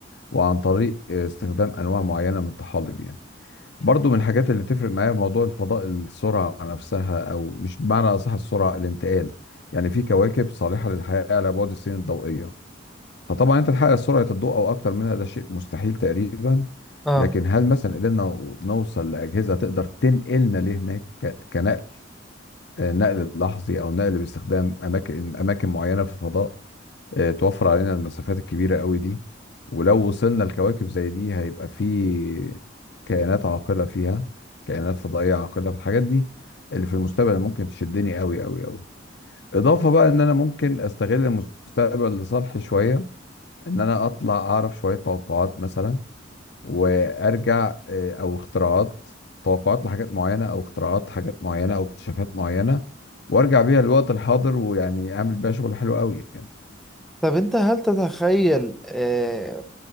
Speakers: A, on the left; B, in the centre.
A: وعن طريق آه، استخدام أنواع معينة من الطحالب يعني برضو من الحاجات اللي تفرق معايا موضوع الفضاء السرعة نفسها أو مش بمعنى أصح السرعة الانتقال يعني في كواكب صالحة للحياة على بعد السنين الضوئية فطبعا أنت تحقق سرعة الضوء أو أكتر منها ده شيء مستحيل تقريبا
B: اه
A: لكن هل مثلا قدرنا نوصل لأجهزة تقدر تنقلنا لهناك ك- كنقل آه، نقل لحظي أو نقل باستخدام أماكن أماكن معينة في الفضاء آه، توفر علينا المسافات الكبيرة قوي دي ولو وصلنا لكواكب زي دي هيبقى في كائنات عاقلة فيها كائنات فضائية عاقلة في الحاجات دي اللي في المستقبل ممكن تشدني قوي قوي قوي إضافة بقى إن أنا ممكن أستغل المستقبل لصالحي شوية إن أنا أطلع أعرف شوية توقعات مثلا وأرجع آه، أو اختراعات توقعات لحاجات معينة أو اختراعات حاجات معينة أو اكتشافات معينة وأرجع بيها للوقت الحاضر ويعني أعمل بيها شغل حلو قوي يعني.
B: طب انت هل تتخيل آه،